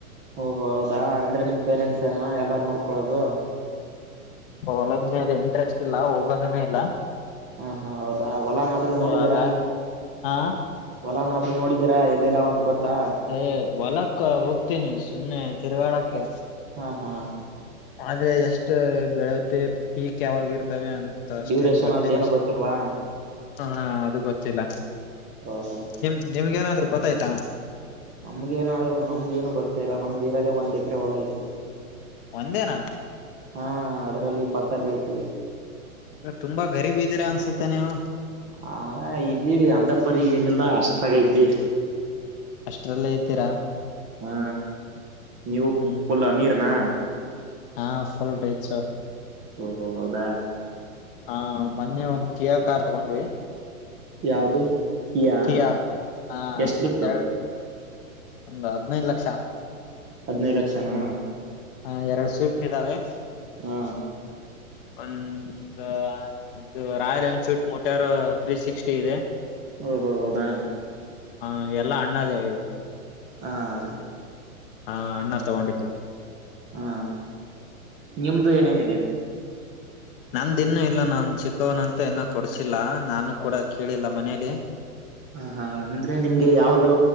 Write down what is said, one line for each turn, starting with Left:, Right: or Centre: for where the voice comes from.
Right: ಓಹ್ ಹೌದಾ ಅಂದ್ರೆ ನಿಮ್ ಪೇರೆಂಟ್ಸ್ ಏನ ಎಲ್ಲಾರು ನೋಡ್ಕೊಳ್ಳಳೋದು
Left: ಹೋಲುದ್ ಮೇಲೆ ಇಂಟ್ರೆಸ್ಟ್ ಇಲ್ಲ ಹೋಗೋದನು ಇಲ್ಲ.
Right: ಹಾ ಹಾ ಹೌದಾ ಹೊಲಾನಾದ್ರೂ
Left: ಸೊ
Right: ನೋಡಿದೀರಾ
Left: ಹಾಗಾಗಿ ಹಾ
Right: ಹೊಲನಾದ್ರು ನೋಡಿದ್ದೀರಾ ಎಲ್ಲಲ್ಲಾವಂತ ಗೊತ್ತಾ
Left: ಹೆ ಹೊಲಕ್ಕ ಹೋಗ್ತೀನಿ ಸುಮ್ನೆ ತಿರ್ಗಾಡಕ್ಕೆ
Right: ಹಾ ಹಾ
Left: ಅದೆ ಎಷ್ಟ ಬೆಳತಿ ಪೀಕ್ ಯಾವಾಗ ಇರ್ತವ ಅಂತ ಮತ್ ಅಷ್ಟೇನ್
Right: ಡ್ಯೂರೇಷನ್
Left: ಗೊತ್ತಿಲ್ಲ
Right: ಅದು ಏನು ಗೊತ್ತಿಲ್ವಾ
Left: ಹ ಅದು ಗೊತ್ತಿಲ್ಲ
Right: ಓಹೋ
Left: ನಿಮ್ ನಿಮ್ಗೇನಾದರೂ ಗೊತ್ತಾಯ್ತಾ
Right: ನಮ್ಗ ಏನಾದ್ರು ನಮ್ಗ ಏನು ಗೊತ್ತೆ ಇಲ್ಲ ನಮ್ದ ಇರೋದೇ ಒಂದ್ ಎಕರೆೆ ಹೊಲ ಇದೆ
Left: ಒಂದೇನಾ
Right: ಹಾ ಅದರಲ್ಲಿ ಭತ್ತ ಬೆಳ್ತಿವಿ
Left: ತುಂಬಾ ಗರೀಬಿ ಇದೀರಾ ಅನ್ಸುತ್ತೆ ನೀವು
Right: ಹ ಇದ್ದೀವಿ ಅಂತ ಪರಿ ಏನಿಲ್ಲ ಅಸ್ಟ್ರಾಗ ಇದ್ದ್ವಿ
Left: ಅಷ್ಟ್ರಲ್ಲೇ ಇದ್ದೀರಾ
Right: ಹಾ ನೀವು
Left: ಹ್ಮ್ ಹ್ಮ್
Right: ಪುಲ್ ಅಮೀರ್ನಾ
Left: ಹಾ ಫುಲ್ ರಿಚ್ಚು.
Right: ಓಹೋ ಹೌದಾ.
Left: ಹಾ ಮೊನ್ನೆ ಒಂದ್ ಕಿಯಾ ಕಾರ್ ತಗೊಂಡ್ವಿ.
Right: ಯಾವ್ದು ಯಾ
Left: ಕಿಯಾ ಹಾ
Right: ಎಷ್ಟ್ ಬಿತ್ತು
Left: ಒಂದೇ ಒಂದು ಹದ್ನೈದು ಲಕ್ಷ.
Right: ಹದ್ನೈದು ಲಕ್ಷನಾ
Left: ಹ ಎರಡ್ ಸಿಫ್ಟ್ ಇದ್ದಾವೆ
Right: ಹಾ
Left: ಒಂದಾ ಇದು Royal Enfield motor three sixty ಇದೆ.
Right: ಓಹೋ ಹೌದಾ.
Left: ಹ ಎಲ್ಲಾ ಅಣ್ಣದೇ ಇವು.
Right: ಹಾ ಅದೇ.
Left: ಹಾ ಅಣ್ಣ ತಗೊಂಡಿದ್ದು
Right: ಹಾ ನಿಮ್ದು ಏನೇನಿದೆ.
Left: ನಂದಿನ್ನು ಇಲ್ಲ ನಾನ್ ಚಿಕ್ಕವನ ಅಂತ ಇನ್ನ ಕೊಡ್ಸಿಲ್ಲ ನಾನು ಕೂಡ ಕೇಳಿಲ್ಲ ಮನೇಲಿ.
Right: ಹ ಹಾ ಅಂದ್ರೆ ನಿಮ್ಗೆ ಯಾವ್ದು